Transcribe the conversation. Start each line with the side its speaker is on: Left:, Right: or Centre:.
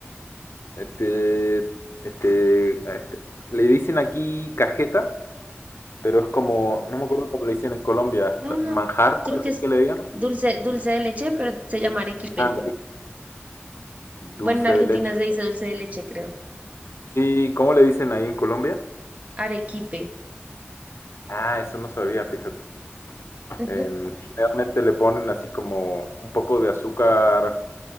Left: este, este, este- le dicen aquí cajeta, pero es como, no me acuerdo cómo le dicen en Colombia,
Right: Ah,
Left: ta- manjar,
Right: creo
Left: puede
Right: que
Left: ser
Right: es
Left: que le digan.
Right: dulce, dulce de leche, pero se llama arequipe.
Left: Ah, dulce
Right: Bueno, en Argentina
Left: de leche.
Right: se dice dulce de leche, creo.
Left: Sí, ¿cómo le dicen ahí en Colombia?
Right: Arequipe.
Left: Ah, eso no sabía, fíjate.
Right: Ujú,
Left: Em, generalmente le ponen así como un poco de azúcar